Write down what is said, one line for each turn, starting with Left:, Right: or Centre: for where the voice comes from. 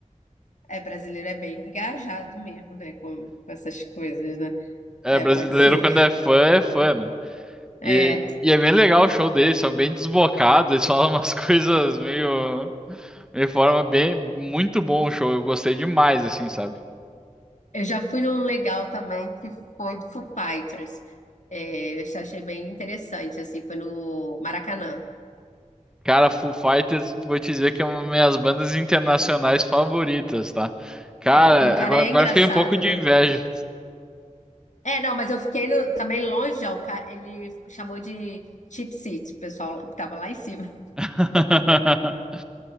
Left: é, brasileiro é bem engajado mesmo, né? Com, com essas coisas, né?
Centre: É,
Left: É,
Centre: brasileiro
Left: pode ser.
Centre: quando é fã, é fã, né?
Left: É,
Centre: E, e é bem legal o show deles, são bem desbocados, eles falam umas <laughs> coisas meio, meio forma bem, muito bom o show, eu gostei demais, assim, sabe?
Left: eu já fui num legal também que foi do Foo Fighters. É, eu achei bem interessante, assim, foi no Maracanã.
Centre: Cara, Foo Fighters, vou te dizer que é uma das minhas bandas internacionais favoritas, tá? Cara,
Left: É, e o cara
Centre: agora,
Left: é
Centre: agora
Left: engraçado,
Centre: eu fiquei um pouco de
Left: né?
Centre: inveja.
Left: É, não, mas eu fiquei no- também longe, ó, o ca- ele chamou de cheap seat, o pessoal que tava lá em cima. <laughs>
Centre: <laughs>